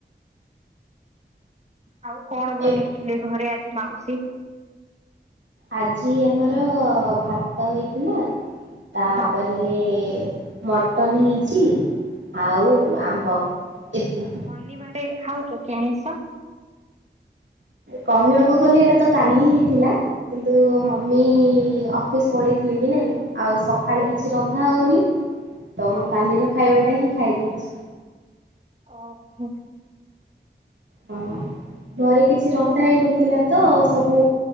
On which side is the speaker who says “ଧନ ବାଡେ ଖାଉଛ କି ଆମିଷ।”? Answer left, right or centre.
Right